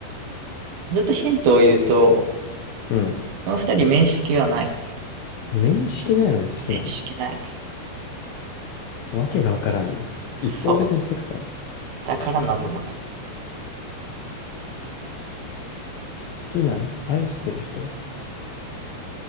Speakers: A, on the right (about 80°); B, on the left (about 70°).
A: ずっとヒントを言うと、
B: うん。
A: この二人面識はない。
B: 面識ないのに好きなの。
A: 面識ない。
B: わけがわからんね。一方的に好きなのかな。
A: そう。
B: 好
A: だから、なぞなぞ。
B: きな、愛してる人